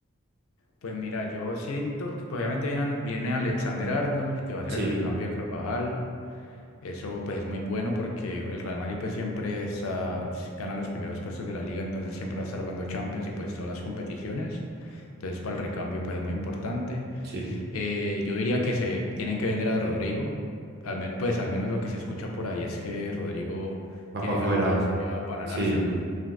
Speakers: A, on the left; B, on the right.
A: Pues mira, yo siento que pues, obviamente viene, An- viene Alexander Arnold, que va a ser
B: Sí,
A: el recambio de Carvajal. Eso pues es muy bueno porque el Real Madrid pues siempre está, gana los primeros puestos de la liga, entonces siempre va a estar jugando Champions y pues todas las competiciones. Entonces para el recambio pues es muy importante.
B: sí,
A: Eh, yo diría que se tienen que vender a Rodrigo. Al menos, pues al menos lo que se escucha por ahí es que Rodrigo
B: va
A: tiene
B: para afuera,
A: ganas de irse ya para el
B: sí.
A: Arsenal,